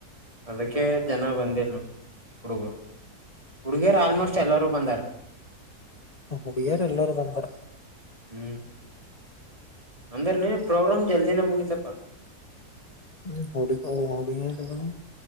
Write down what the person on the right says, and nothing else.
ಅದಕ್ಕೆ ಜನ ಬಂದಿಲ್ <unintelligible> ಹುಡುಗ ಹುಡುಗಿಯರು ಆಲ್ಮೋಸ್ಟ ಎಲ್ಲರು ಬಂದಾರ.
ಹ್ಮ ಅಂದ್ರ ನೀ ಪ್ರೋಗ್ರಾಮ್ ಜಲ್ದಿನೆ ಮುಗಿತಪ್ಪಾ.